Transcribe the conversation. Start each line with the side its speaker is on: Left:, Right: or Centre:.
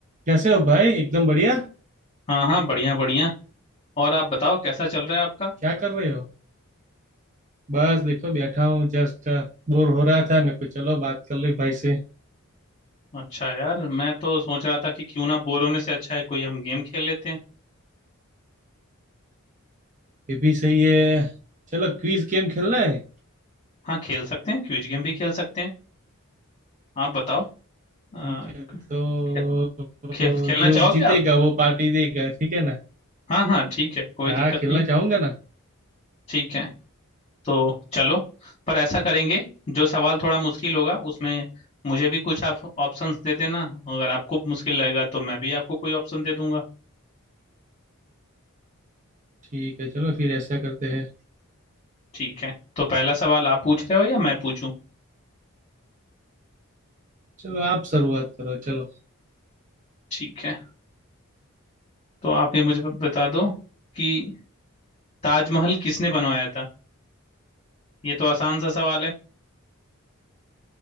Right: कैसे हो भाई एकदम बढ़िया
Left: हाँ हाँ बढ़िया बढ़िया और आप बताओ कैसा चल रहा है आपका
Right: क्या कर रहे हो बस देखो बैठा हूँ जस्ट बोर हो रहा था मेरे को चलो बात कर ले भाई से
Left: अच्छा यार मैं तो सोच रहा था कि क्यों ना बोर होने से अच्छा है कोई हम गेम खेल लेते हैं
Right: ये भी सही है चलो क्विज गेम खेलना है
Left: हाँ खेल सकते हैं क्विज गेम भी खेल सकते हैं आप बताओ आ,
Right: ठीक है तो,
Left: खे,
Right: तो
Left: खेल खेलना
Right: जो
Left: चाहोगे
Right: जीतेगा
Left: आप
Right: वो पार्टी देगा ठीक है ना
Left: हाँ हाँ ठीक है कोई
Right: हाँ
Left: दिक्कत
Right: खेलना
Left: नहीं
Right: चाहूंगा ना
Left: ठीक है तो चलो पर ऐसा करेंगे जो सवाल थोड़ा मुश्किल होगा उसमें मुझे भी कुछ आप ऑप्शंस दे देना अगर आपको मुश्किल लगेगा तो मैं भी आपको कोई ऑप्शन दे दूंगा
Right: ठीक है चलो फिर ऐसा करते हैं
Left: ठीक है तो पहला सवाल आप पूछ रहे हो या मैं पूछूं
Right: चलो आप शुरुआत करो चलो
Left: ठीक है तो आप ये मुझे ब- बता दो कि ताजमहल किसने बनवाया था ये तो आसान सा सवाल है